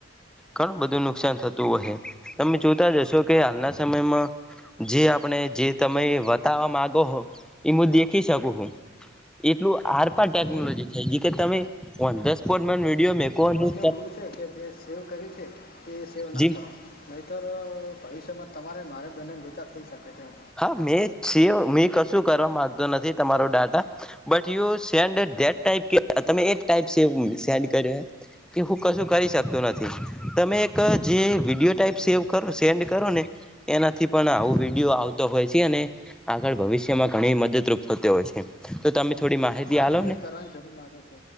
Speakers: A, in the centre; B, on the left.
A: ઘણું બધું નુકસાન થતું હો તમે જોતા જશો કે હાલના સમયમાં જે આપણે જે તમે બતાવવા માગો હો એ હું દેખી શકું એટલું હર પણ ટેકનોલોજી
B: હમ
A: થયજી કે તમે ઓનધ સ્પોટ મને વિડીયો મેકો હો ને
B: એ એવું છે કે જે સેવ કર્યું છે તે સેવ ના
A: જેમ
B: કરો નહીં તો ભવિષ્યમાં તમારે મારે બનેને લોચા થઈ શકે છે, એમ
A: હા મેં છ મેં કશું કરવા મામાંગતો નથી તમારો data but you send that ટપ કે તમે એક ટાઈપ સ સેન્ડ કર્યો હૈ કે હું કશું કરી શકતો નથી તમે એક જે વિડીયો ટાઈપ સેવ કરો સેન્ડ કરો ને એનાથી પણ આવું વિડીયો આવતો હોય છે અને આગળ ભવિષ્યમાં ઘણી મદદરૂપ થતી હોય છે. તો તમે થોડી માહિતી
B: આ
A: આલો
B: ડિલીટ
A: ને
B: કરવાની જરૂર લાગે છે